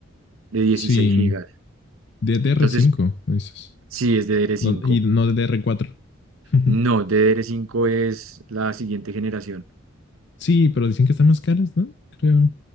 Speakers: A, on the right (about 75°); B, on the left (about 55°).
A: de 16
B: Sí,
A: gigas.
B: ddr
A: Entonces,
B: cinco dices.
A: sí, es DDR5.
B: No- y no ddr cuatro <laughs>
A: No, DDR5 es la siguiente generación.
B: Sí, pero dicen que están más caras, ¿no? Creo.